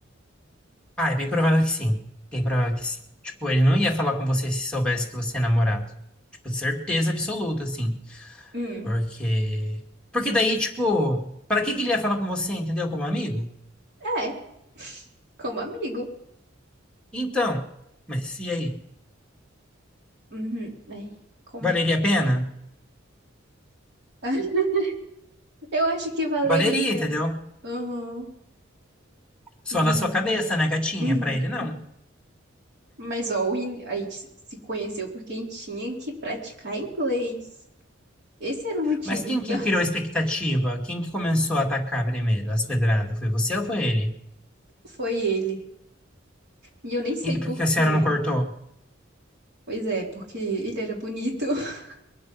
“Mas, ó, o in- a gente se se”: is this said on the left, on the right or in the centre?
Right